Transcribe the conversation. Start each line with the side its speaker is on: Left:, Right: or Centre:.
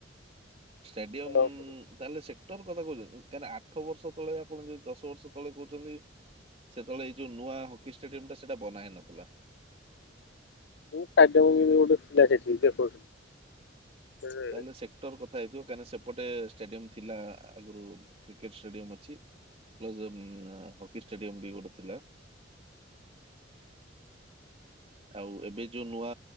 Right: ଷ୍ଟାଡିୟମ୍
Left: ଖେଳ
Right: ତାହଲେ ସେ ଟ କଥା କହୁଛନ୍ତି କାହିଁକି ଆଠ ବର୍ଷ ତଳେ ଆପଣ ଯଦି ଦଶ ବର୍ଷ ତଳେ କହୁଛନ୍ତି ସେତେବେଳେ ଏଇ ଯୋଉ ନୂଆ ହକିସ ଷ୍ଟାଡିୟମ ଟା ସେଇଟା ବନାହେଇ ନଥିଲା।
Left: ମୁଁ ସାଜମୁଙ୍ଗୀ ବି ଗୋଟେ ଥିଲା ସେଠିକି ଦେଖଉଥିଲି। ସେ-
Right: ତାହେଲେ ସେକ୍ଟର କଥା ହେଇଥିବ କାହିଁକି ସେପଟେ ଷ୍ଟାଡିୟମ ଥିଲା ଆଗରୁ କ୍ରିକେଟ ଷ୍ଟାଡିୟମ ଅଛି ପ୍ଲସ୍ ହକି ଷ୍ଟାଡିୟମ ବି ଗୋଟେ ଥିଲା ଆଉ ଏବେ ଯୋଉ ନୂଆ